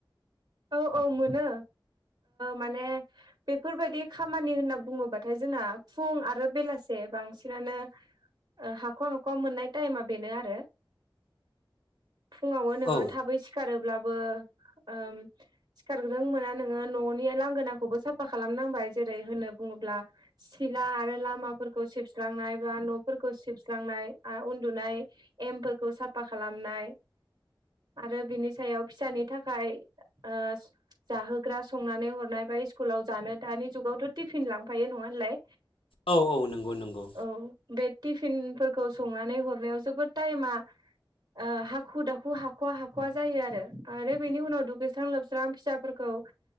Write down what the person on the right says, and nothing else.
औ औ मोनो माने बेफोरबायदि खामानि होनना बुङोब्लाथाय जोंना फुं आरो बेलासे बांसिनानो हाख'वा हाख'वा मोननाय टाइमा बेनो आरो। फुङावनो
नोङो थाबै सिखारोब्लाबो। बो ओम सिखारग्रों मोना नोङो न'नि लांगोनाखौबो साफा खालामनांबाय जेरै होननो बुङोब्ला सिला आरो लामाफोरखौ सिबस्रांनाय बा न'फोरखौ सिबस्रांनाय आरो उन्दुनाय एमफोरखौ साफा खालामनाय आरो बिनि सायाव फिसानि थाखाय ओ जाहोग्रा संनानै हरनाय बा स्कुलाव जानो दानि जुगावथ' टिफिन लांफायो नङाहोनलाय
औ बे टिफिनफोरखौ संनानै हरनायाव जोबोद टाइमा ओ हाखु दाखु हाख'वा हाख'वा जायो आरो आरो बेनि उनाव दु लोस्रां लोबस्रां फिसाफोरखौ